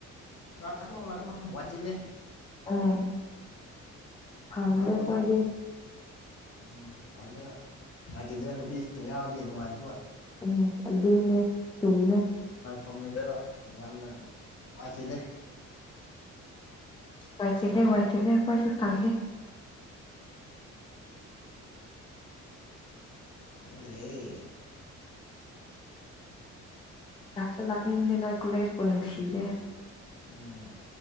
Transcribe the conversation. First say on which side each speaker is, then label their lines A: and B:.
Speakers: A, on the left; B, on the left.
A: ꯂꯅꯥꯥꯛꯀꯅꯣ ꯂꯥꯛꯅꯣ ꯋꯥꯆꯂꯦ
B: ꯎꯝ ꯊꯪꯒꯦ
A: ꯂꯥꯛꯄꯗ
B: ꯐꯣꯏꯗꯤꯦ
A: ꯎꯝ ꯐꯗꯦꯕ ꯅꯨꯡꯉꯥꯏꯇꯗꯕ ꯅꯨꯄꯤꯁꯤꯡ ꯌꯥꯎꯔꯗꯤ ꯅꯨꯡꯉꯥꯏꯇꯕ
B: ꯎꯝ ꯑꯗꯨ ꯑꯗꯨꯅꯦ ꯆꯨꯝꯃꯦ
A: ꯐꯝꯂꯣꯏꯗꯕ ꯌꯥꯝꯅ ꯋꯥꯏꯈꯤꯦꯅꯦꯦ
B: ꯋꯥꯏꯆꯤꯂꯦ ꯋꯥꯏꯆꯂꯦ ꯀꯣꯏꯁꯨ ꯊꯥꯡꯒꯦ
A: ꯑꯗ꯭ꯔꯦ
B: ꯂꯥꯛꯆ ꯂꯥꯛꯅꯤꯡꯗꯦ ꯅꯣꯏ ꯀꯂꯦꯖꯄ ꯅꯨꯡꯁꯤꯔꯦ
A: ꯑ